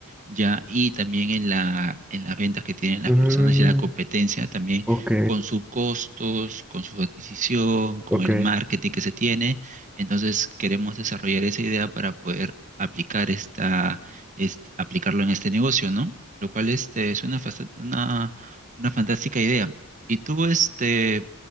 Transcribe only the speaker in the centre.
Mm,
ok,
ok.